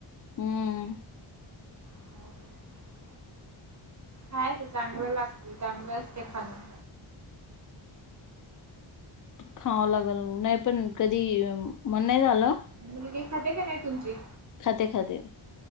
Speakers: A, on the left; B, on the right.
A: हम्म.
B: हव ओके <inaudible> खायच चांगलं लागते चांगलं असते खाणं.
A: खावं लागल मग नाही पण कधी मण नाही झालं.
B: मुलगी खाते का नाही तुमची?
A: खाते, खाते.